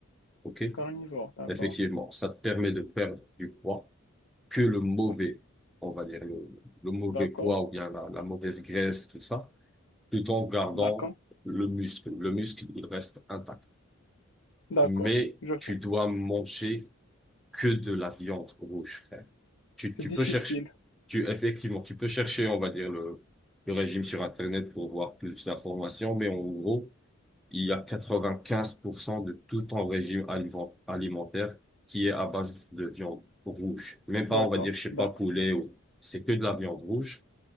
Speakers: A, in the centre; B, on the left (about 60°).
A: OK?
B: carnivore, d'accord.
A: Effectivement, ça te permet de perdre du poids que le mauvais,
B: Ouais.
A: on va dire le, le mauvais
B: D'accord,
A: poids ou bien la, la mauvaise graisse, tout ça, tout en gardant
B: d'accord,
A: le muscle. Le muscle, il reste intact.
B: d'accord,
A: mais
B: je
A: tu
B: vois.
A: dois manger que de la viande rouge, frère. Tu,
B: C'est
A: tu
B: difficile,
A: peux chercher, tu, effectivement, tu peux chercher, on va dire, le, le régime sur Internet pour voir plus d'informations, mais en gros, il y a 95% de tout ton régime aliment- alimentaire qui est à base de viande rouge. Même pas,
B: d'accord,
A: on va dire, je sais
B: d'accord,
A: pas, poulet ou, c'est que de la viande rouge.